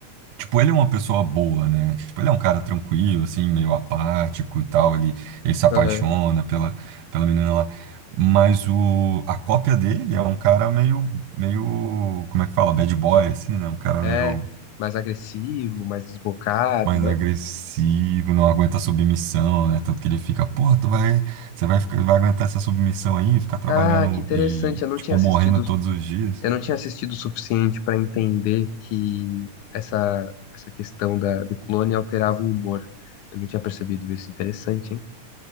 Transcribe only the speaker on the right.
Tipo, ele é uma pessoa boa, né? Tipo, ele é um cara tranquilo, assim, meio apático e tal. Ele, ele se apaixona
pela, pela menina lá. Mas o, a cópia dele é um cara meio, meio, como é que fala? Bad boy, assim, né? Um cara
meio
mais
agressivo, não aguenta submissão, né? Tanto que ele fica, pô, tu vai, você vai, ficar- vai aguentar essa submissão aí, ficar trabalhando
e,
tipo,
morrendo todos os dias.